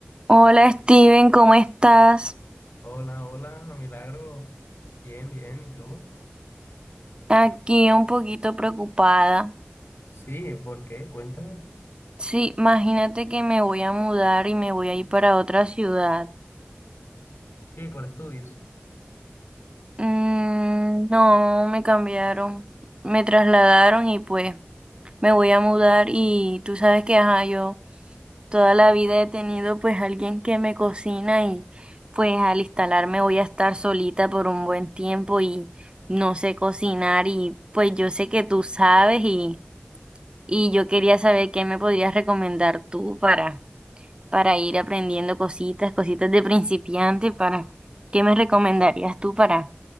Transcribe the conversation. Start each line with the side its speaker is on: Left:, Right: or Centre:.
Right: Hola Steven, ¿cómo estás?
Left: Hola, hola, Milagro. Bien, bien, ¿y tú?
Right: Aquí un poquito preocupada.
Left: Sí, ¿por qué? Cuéntame.
Right: Sí, imagínate que me voy a mudar y me voy a ir para otra ciudad.
Left: Sí, por estudios.
Right: Mm, no, me cambiaron, me trasladaron y pues me voy a mudar y tú sabes que, ajá, yo toda la vida he tenido pues alguien que me cocina y pues al instalarme voy a estar solita por un buen tiempo y no sé cocinar y pues yo sé que tú sabes y... Y yo quería saber qué me podrías recomendar tú para, para ir aprendiendo cositas, cositas de principiante, para, ¿qué me recomendarías tú para